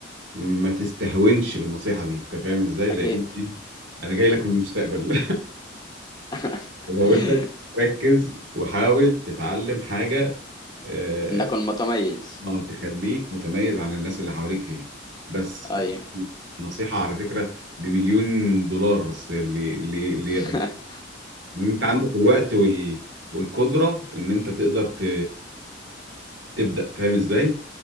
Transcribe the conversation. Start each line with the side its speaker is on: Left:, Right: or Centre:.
Right: ما تستهونش بالنصيحه دي انت فاهم ازاي
Left: أكيد
Right: لان دي انا جاي لك من المستقبل
Left: <laughs>
Right: <laughs> وبقول لك ركز وحاول تتعلم حاجه آه،
Left: إنك المتميز
Right: اه تخليك متميز عن الناس اللي حواليك فيها بس
Left: أيوه
Right: نصيحة على فكرة بمليون دولار بس اللي اللي اللي
Left: <laughs>
Right: إن انت عندك الوقت وال... والقدرة ان انت تقدر ت... تبدأ فاهم ازاي؟